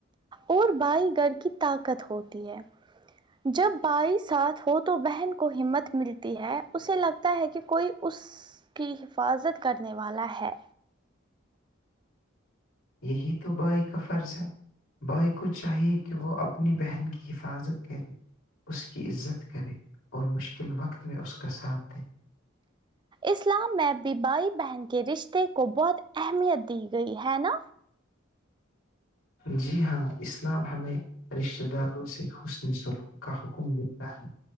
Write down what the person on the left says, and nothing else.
یہی تو بائی کا فرض ہے بھائی کو چاہیے کہ وہ اپنی بہن کی حفاظت کرے اس کی عزت کرے اور مشکل وقت میں اس کا ساتھ دیں
جی ہاں اسلام ہمیں رشتہ داروں سے حسنی سلک کا حکم دیتا ہے